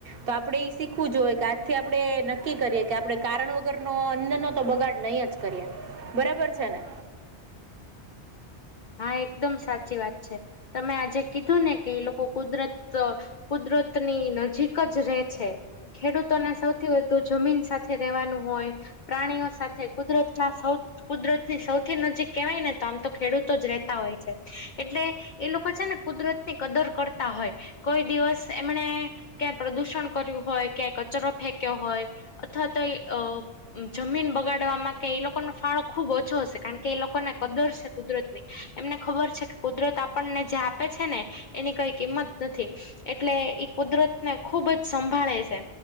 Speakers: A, on the right (about 60°); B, on the left (about 50°).
A: તો આપણે ઈ શીખવું જોએ કે આજથી આપણે નક્કી કરીએ કે આપણે કારણ વગરનું અન્નનો તો બગાડ નહી જ.. કરીએ બરાબર છે ને.
B: હા એકદમ સાચી વાત છે તમે આજે કીધું ને કે એ લોકો કુદરત.. કુદરતની નજીક જ રહેે છે. ખેડૂતોને સૌથી વધુ જમીન સાથે રહેેવાનું હોય. પ્રાણીઓ સાથે કુદરતના કુદરતની સૌથી નજીક કેવાય ને તો આમતો ખેડૂત... તો જ રહેતા હોય છે એટલે.. એ લોકો છે ને કુદરત ની કદર કરતા હોય કોઈ દિવસ એમણે... ક્યાંય પ્રદૂષણ કર્યું હોય ક્યાં કચરો ફેંક્યો હોય અથવા તો અ જમીન બગાડવાવામાં કે એ લોકોનો ફાળો ખુબ ઓછો હશે કારણ કે એ લોકોને કદર છે કુદરત ની. એમને ખબર છે કે કુદરત આપનને જે આપે છે ને એની કઈ કિંમત નથી. એટલે ઈ કુદરતને ખુબ જ સંભાળે છે